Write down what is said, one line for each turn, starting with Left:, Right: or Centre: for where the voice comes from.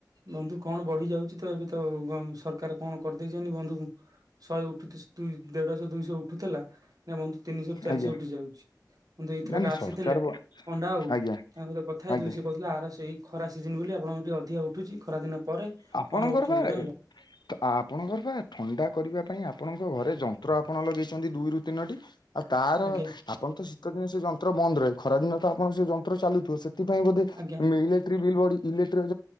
Right: ବନ୍ଧୁ କଣ ବଢ଼ି ଯାଉଚି ତ ଏବେ ତ ଗ ସରକାର କଣ କରିଦେଇଚନ୍ତି ବନ୍ଧୁ। ଶହେ ଉଠୁଥିସ୍ ଦୁଇ ଦେଢ଼ ଶ ଦୁଇଶ ଉଠୁଥେଲା ନାଁ ବନ୍ଧୁ ତିନିଶରୁ ଚାରିଶ
Left: ଆଜ୍ଞା
Right: ଉଠି ଯାଉଚି। କିନ୍ତୁ ଏଇଥରକ
Left: ନା ନା
Right: ଆସିଥିଲେ
Left: ସରକାର
Right: ପଣ୍ଡା ବାବୁ
Left: ଆଜ୍ଞା
Right: ତାଙ୍କ ସହିତ କଥା ହେଇଥିଲି
Left: ଆଜ୍ଞା
Right: ସେ କହିଥିଲେ ଆର ସେଇ। ଖରା ସିଜନ୍ ବୋଲି ଆପଣଙ୍କ ଟିକିଏ ଅଧିକା ଉଠୁଛି ଖରା ଦିନ ପରେ
Left: ଆପଣଙ୍କର
Right: କମ ଉଠିବ
Left: ବା
Right: ଜାଣିଲ
Left: ତ ଆପଣଙ୍କର ବା ଥଣ୍ଡା କରିବା ପାଇଁ ଆପଣଙ୍କ ଘରେ ଯନ୍ତ୍ର ଆପଣ ଲଗେଇଛନ୍ତି ଦୁଇରୁ ତିନିଟି। ଆଉ ତାର
Right: ଆଜ୍ଞା
Left: ଆପଣ ତ ଶୀତ ଦିନେ ସେ ଯନ୍ତ୍ର ବନ୍ଦ ରହେ ଖରାଦିନ ତ ଆପଣ ସେ ଯନ୍ତ୍ର ଚାଲୁଥିବ ସେ ସେଥିପାଇଁ ବୋଧେ
Right: ଆଜ୍ଞା
Left: ଇଲେକ୍ଟ୍ରିକ ବିଲ୍ ବଢି ଇଲେକ୍ଟ୍ର